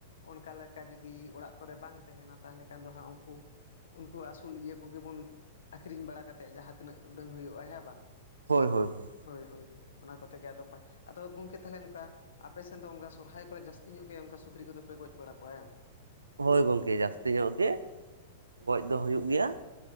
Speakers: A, on the left; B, on the right.
A: ᱚᱱᱠᱟ ᱞᱮᱠᱟ ᱡᱩᱫᱤ ᱚᱲᱟᱜ ᱠᱚᱨᱮ ᱵᱟᱝ ᱛᱟᱦᱮᱸᱱᱟ᱾ ᱛᱟᱦᱞᱮ ᱠᱷᱟᱱ ᱫᱚ ᱦᱟᱸᱜ ᱩᱝᱠᱩ, ᱩᱱᱠᱩ ᱟᱹᱥᱩᱞ ᱤᱭᱟᱹ ᱠᱚᱜᱮᱵᱩᱱ, ᱟᱸᱠᱷᱨᱤᱧ ᱵᱟᱲᱟ ᱠᱟᱛᱮᱫ ᱡᱟᱦᱟᱸ ᱛᱤᱱᱟᱹᱜ ᱩᱰᱟᱹᱝ ᱦᱩᱭᱩᱜᱼᱟ ᱦᱮᱸ ᱵᱟᱝ?
B: ᱦᱳᱭ ᱦᱳᱭ ᱦᱳᱭ᱾
A: ᱦᱳᱭ ᱦᱳᱭ, ᱚᱱᱟ ᱠᱚᱛᱮ ᱜᱮ ᱟᱫᱚ ᱟᱫᱚ ᱜᱚᱝᱠᱮ ᱛᱟᱦᱞᱮ ᱚᱱᱠᱟ ᱟᱯᱮ ᱥᱮᱱ ᱫᱚ ᱚᱱᱠᱟ ᱥᱚᱨᱦᱟᱭ ᱠᱚᱨᱮ ᱡᱟᱹᱥᱛᱤ ᱧᱚᱜ ᱜᱮ ᱚᱱᱠᱟ ᱥᱩᱠᱨᱤ ᱠᱚᱫᱚᱯᱮ ᱜᱚᱡᱽ ᱵᱟᱲᱟ ᱠᱚᱣᱟᱭᱟᱝ᱾
B: ᱦᱳᱭ ᱜᱚᱝᱠᱮ, ᱡᱟᱹᱥᱛᱤ ᱧᱚᱜ ᱜᱮ᱾ ᱜᱚᱡᱽ ᱫᱚ ᱦᱩᱭᱩᱜ ᱜᱮᱭᱟ,